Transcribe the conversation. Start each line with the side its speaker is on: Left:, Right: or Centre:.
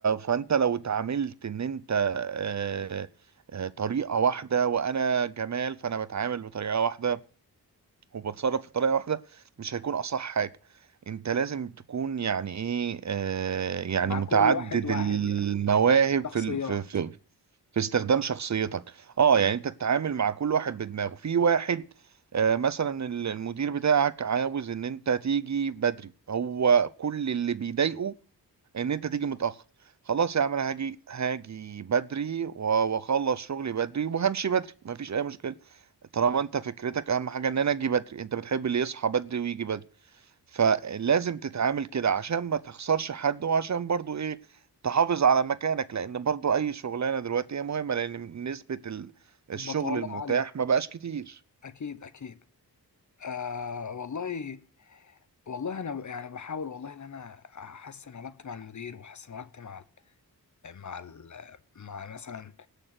Right: فانت لو اتعاملت ان انت آه، آه، طريقه واحده وانا جمال فانا بتعامل بطريقه واحده وبتصرف في طريقة واحدة مش هيكون أصح حاجة انت لازم تكون يعني ايه آه يعني
Left: مع
Right: متعدد
Left: كل واحد واحد
Right: المواهب
Left: يعني شخصيات
Right: في ال- في في في استخدام شخصيتك اه يعني انت تتعامل مع كل واحد بدماغه في واحد آه، مثلا ال- المدير بتاعك عاوز ان انت تيجي بدري هو كل اللي بيضايقه ان انت تيجي متأخر خلاص يا عم انا هاجي هاجي بدري و- واخلص شغلي بدري وهمشي بدري مفيش اي مشكلة طالما انت فكرتك اهم حاجة ان انا اجي بدري انت بتحب اللي يصحى بدري ويجي بدري فلازم تتعامل كده عشان ما تخسرش حد وعشان برضو ايه تحافظ على مكانك لان برضو اي شغلانة دلوقتي هي مهمة لان نسبة ال- الشغل
Left: البطالة
Right: المتاح
Left: عالية
Right: ما بقاش كتير
Left: اكيد اكيد آه والله والله انا ب- يعني بحاول والله ان انا احسن علاقتي مع المدير واحسن علاقتي مع ال- مع ال- مع مثلا